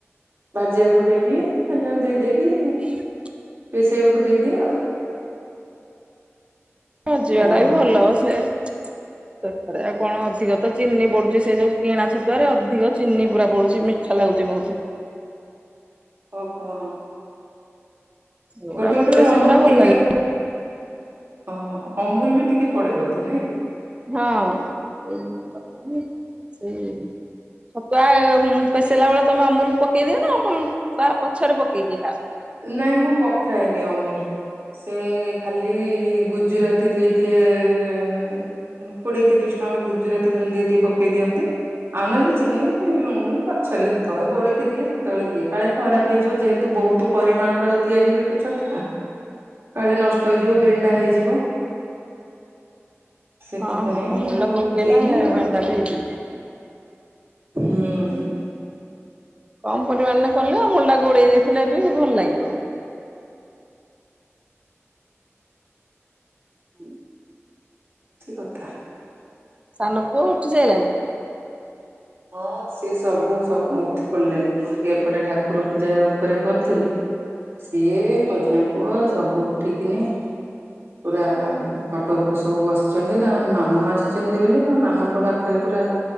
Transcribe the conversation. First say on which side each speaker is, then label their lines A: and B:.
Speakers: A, on the right; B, on the right.
A: ଭାଜିଆକୁ ଦେଇଦିଏ ଭାଜିଆକୁ ଦେଇ ଦେଇକି
B: <unintelligible>
A: ପେସେଇବାକୁ ଦେଇଦିଏ ଆଉ।
B: ହଁ ଯିବା
A: ଆଉ
B: ଟା ବି ଭଲ ସେ ତଥରେ ଆଉ କଣ ଅଧିକ ତ ଚିନି ପଡୁଚି ସେ ଯୋଉ କିଣା ଛତୁଆରେ ଅଧିକ ଚିନି ପୁରା ପଡୁଚି ମି ଛା ଲାଗୁଚି ବହୁତୁ।
A: ଓହୋ।
B: ସେଗୁଡା
A: ଗୋଟେ
B: ମତେ
A: ଗୋଟେ ଅମୁଲ
B: ସେଗୁଡା ଭଲ
A: ଟିକେ
B: ଲାଗେ
A: ଓହୋ ଅମୁଲ ବି ଟିକେ ପଡେ ବୋଧେ ନା କି?
B: ହଁ <inaudible> ସେଇ ଛତୁଆ ମୁଁ ପେସେଇଲା ବେଳେ ତମେ ଅମୁଲ ପକେଇ ଦିଅ ନା ଅମୁଲ ବା ପଛରେ ପକେଇକି ଖାଅ?
A: ନାଇଁ ମୁଁ ପକାଏନି ଅମୁଲ। ସେ ଖାଲି ଗୁଜୁରାତି ଦେଇଦିଏ ଏଁ କୋଡିଏ ତିରିଶ ଟଙ୍କାର ଗୁଜୁରାତି ଖାଲି ଦେଇଦିଏ ପକେଇ ଦିଅନ୍ତି ଆଉ ନହେଲେ ଚିନି, ଅମୁଲ ପଛରେ ସେତବେଳେ ଗୋଳିକି ଦିଏ ସେତବେଳେ ଦିଏ କାଳେ ଖରାପ ହେଇଯିବ ଯେହେତୁ ବହୁତୁ ପରିମାଣର ତିଆରି ହୁଏ ତ ଛତୁଆ କାଳେ ନଷ୍ଟ ହେଇଯିବ ବେଣ୍ଡା ହେଇଯିବ ସେଥିପାଇଁ
B: ହଁ ହଁ ମଣ୍ଡ
A: ଆଉ
B: ପକେଇଲା
A: ଦିଏନି ଆଉ
B: ବେଣ୍ଡା ବି ହେଇଯିବ।
A: ହୁଁ।
B: କମ ପରିମାଣରେ କଲେ ଅମୁଲୁଟା ଗୋଳେଇ ଦେଇଥିଲେ ବି ଭଲ ଲାଗିବ। ହୁଁ।
A: କିଛି କଥା।
B: ସାନ ପୁଅ ଉଠି ସାରିଲାଣି।
A: ହଁ ସେ ସବୁ ସବୁ ଉଠି ପଡିଲେଣି ମୁଁ ଟିକେ ଏପଟେ ଠାକୁର ପୂଜା ଉପରେ କରୁଥିଲି ସିଏ ମଝିଆ ପୁଅ ସବୁ ଉଠିକିନି ପୁରା ଖଟ ଉପରେ ସବୁ ବସିଛନ୍ତି ତା ମାମୁଁ ଆସିଛନ୍ତି ବୋଲି ତା ମାମୁଁଙ୍କ ପାଖ ରେ ପୁରା